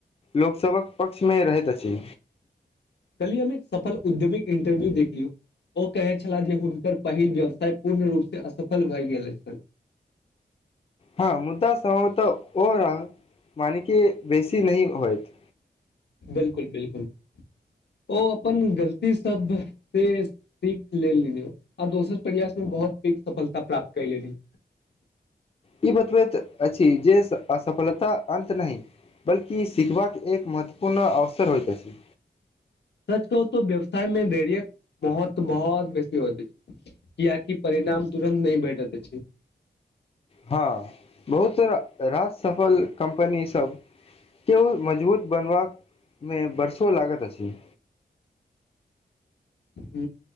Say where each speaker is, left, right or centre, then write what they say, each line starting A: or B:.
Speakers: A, on the left; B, on the left.
A: लोकसभक पक्षमे रहैत अछि।
B: कलियम एक सफल उद्योमिक इंटरव्यू देख लियौ ओ कहै छलाह जे हुनकर पहिल व्यवसाय पूर्ण रूपसँ असफल भए गेल छलनि।
A: हँ मुद्दा सम्भव तऽ ओ रह मानिक बेसी नहिी होइत।
B: बिलकुल बिलकुल ओ अपन गलती सब से सीख लेल आ दोसर प्रयासमे बहुत सफलता प्राप्त क लेली।
A: ई बतबैत अछि जे असफलता अन्त नहि बल्कि सिखबाक एक महत्वपूर्ण अवसर होइत अछि।
B: सच कहू तऽ व्यवसाय मे धैर्य्यक महत्व बहुत बेसी होइते छै किियकि परिणाम तुरन्त नहि भेटत छै।
A: हँ बहुत र सफल कम्पनीसभ के ओ मजबूत बनबामे वर्षो लागैत अछि।
B: ह